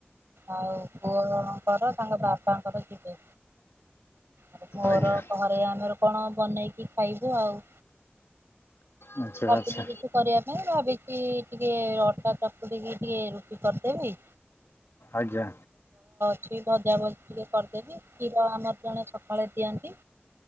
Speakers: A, on the right; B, on the left.
A: ଆଉ ପୁଅ ଜଣଙ୍କର ତାଙ୍କ ବାପାଙ୍କର ଯିବେ ଆଉ ମୋର
B: ଆଜ୍ଞା
A: ଘରେ ଆମର କଣ ବନେଇକି ଖାଇବୁ ଆଉ।
B: ଆଚ୍ଛା
A: ଆପଣ
B: ଆଚ୍ଛା
A: କିଛି କରିବା ପାଇଁ ଭ ଟିକେ ଅଟା ଚକୁିକି ଟିକେ ରୁଟି କରିଦେବି।
B: ଆଜ୍ଞା।
A: କିଛି ଭଜା ଭଜିରେ କରିଦେବି କ୍ଷୀର ଆମର ଜଣେ ସକାଳେ ଦିଅନ୍ତି।